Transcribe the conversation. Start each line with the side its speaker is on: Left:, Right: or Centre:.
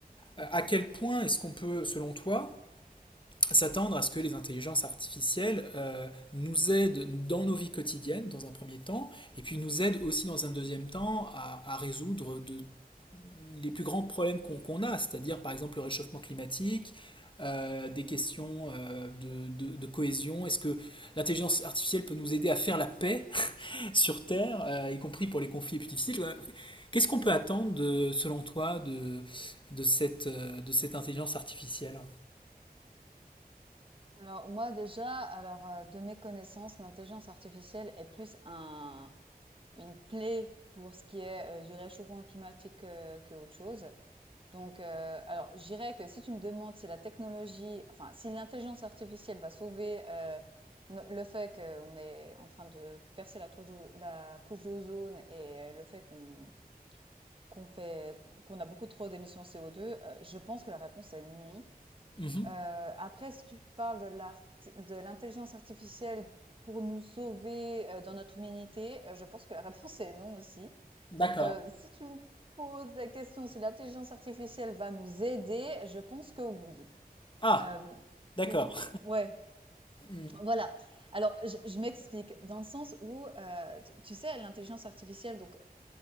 Left: euh, à quel point est-ce qu'on peut, selon toi, s'attendre à ce que les intelligences artificielles euh, nous aident dans nos vies quotidiennes, dans un premier temps, et puis nous aident aussi dans un deuxième temps à, à résoudre de, les plus grands problèmes qu'on qu a, c'est-à-dire par exemple le réchauffement climatique, euh, des questions euh, de, de, de, cohésion. Est-ce que l'intelligence artificielle peut nous aider à faire la paix <laughs> sur Terre, euh, y compris pour les conflits les plus difficiles Qu'est-ce qu'on peut attendre, de, selon toi, de, de, cette, euh, de cette intelligence artificielle
Right: Alors moi déjà, alors euh, de mes connaissances, l'intelligence artificielle est plus un, une plaie pour ce qui est euh, du réchauffement climatique euh, que autre chose. Donc euh, alors je dirais que si tu me demandes si la technologie, enfin si l'intelligence artificielle va sauver euh, no- le fait qu'on est en train de percer la, trouche d'o- la couche d'ozone et euh, le fait qu'on qu'on fait qu'on a beaucoup trop d'émissions CO2, euh, je pense que la réponse est non. Heu,
Left: mm -hmm.
Right: après, si tu parles de l'arti de l'intelligence artificielle pour nous sauver, heu, dans notre humanité, heu, je pense que la <laughs> réponse est non aussi.
Left: D'accord.
Right: Heu, si tu me poses la question si l'intelligence artificielle va nous aider, je pense que oui.
Left: Ah,
Right: Hem,
Left: d'accord.
Right: bon, ouais,
Left: Mm.
Right: voilà. Alors je je m'explique, dans le sens où, heu, tu tu sais, l'intelligence artificielle donc